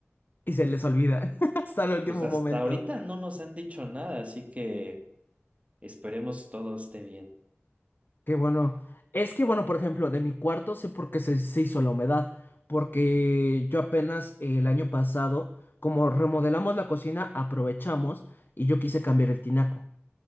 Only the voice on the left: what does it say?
Y se les olvida <laughs> hasta el último
momento.
Qué bueno. Es que, bueno, por ejemplo, de mi cuarto sé por qué se, se hizo la humedad. Porque yo apenas eh, el año pasado, como remodelamos la cocina, aprovechamos y yo quise cambiar el tinaco.